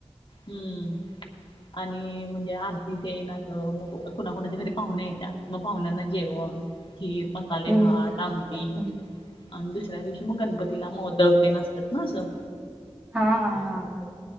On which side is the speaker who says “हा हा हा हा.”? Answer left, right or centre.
Right